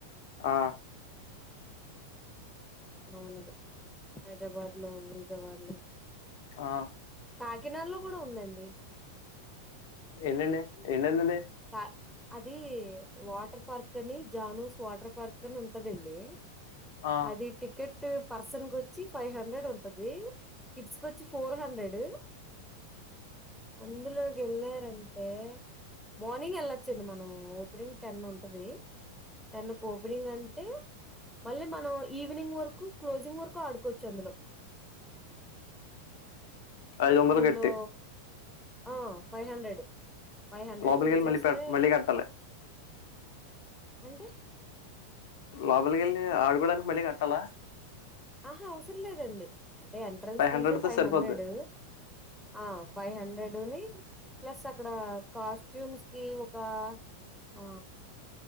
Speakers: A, on the left; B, in the centre.
A: ఆ
B: అవును దె హైదరాబాద్ లో మ్యూజ్ ఎవర్ లే
A: ఆ
B: కాకినాడలో కూడ ఉందండి
A: ఎన్నండే ఎన్నండు ది
B: కా అది వాటర్ పార్క్ అని జానూస్ వాటర్ పార్క్ అని ఉంటదండి.
A: ఆ
B: అది టికెట్ టూ పర్సన్ కొచ్చి ఫైవ్ హండ్రెడ్ ఉంటది కిడ్స్ కుచ్చి ఫోర్ హండ్రెడ్ అందులొ వెళ్ళారంటే మార్నింగ్ వెళ్లొచ్చండి మనం ఓపెనింగ్ టెన్ ఉంటది టెన్ కోపెనింగ్ అన్ టె మళ్ళి మనం ఈవినింగ్ వరకు క్లోజింగ్ వరకు ఆడుకోవచ్చు అందులొ
A: ఐదు వందలు
B: అందులో
A: కట్టి
B: ఆ five hundred five hundred
A: లోబలికి
B: pay
A: వెళ్లి
B: చేస్తే
A: మళ్ళి పె మళ్ళికట్టాలి
B: అంటే
A: లోపలికెళ్ళి ఆడుకోడానికి మళ్ళీ కట్టాల
B: ఆహా అవసరం లేదండి అంటే ఎంట్రన్స్ ఫీజే
A: హండ్రెడ్
B: ఫైవ్
A: తో సరిపోద్ది
B: హండ్రెడ్ ఆ ఫైవ్ హండ్రెడ్ ని ప్లస్ అక్కడ కాస్ట్యూమ్స్ కి ఒక ఆ